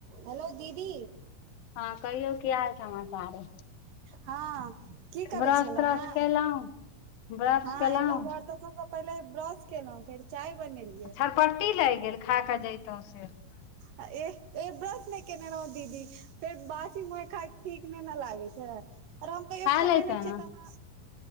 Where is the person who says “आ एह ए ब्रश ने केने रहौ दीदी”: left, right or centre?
Right